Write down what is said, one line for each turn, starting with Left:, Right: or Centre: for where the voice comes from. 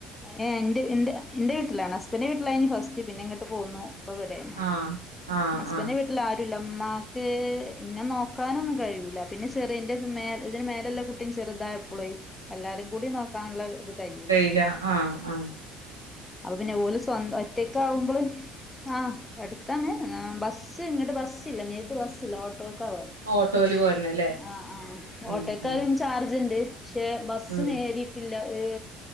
Left: ഏ ന്റെ ന്റെ വീട്ടിലാണ് ഹസ്ബൻന്റെ വീട്ടിലായിന്ന് ഫസ്റ്റ് പിന്നെ ഇങ്ങോട്ട് പോന്നു പ്പൊ വിടെണ്.
Right: ആഹ് ആഹ്
Left: ഹുസ്ബൻഡ
Right: ആഹ്
Left: വീട്ടില് ആ. മ്മാക്ക് ഇന്നെ നോക്കാനൊന്നും കഴൂല പിന്നെ ചെറന്റെ ഇതിന്റെ മേലെല്ലെ കുട്ട- ചെറുതായപ്പോള എല്ലാരും കൂടി നോക്കാനുള്ള ഇത് കയൂല.
Right: ല്ല ആ ആ
Left: അപ്പൊ പിന്നെ ഓല സ്വന്തം ഒറ്റക്ക ആവുമ്പോൾ ആ എടുത്താണ് ബസ്സ് ഇങ്ങട്ട് ബസ്- ട്ടില്ല നേരിട്ട് ബസ്സില്ല ഓ ഓട്ടോക്ക ആ
Right: ഓട്ടോയില് പോരണല്ലേ
Left: ആ ആ
Right: ഉം
Left: ഓട്ടോക്കാരും
Right: ഉം
Left: ചാർജ് ണ്ട്. പക്ഷെ ബസ്
Right: ഉം
Left: നേരിട്ടില്ല ഏ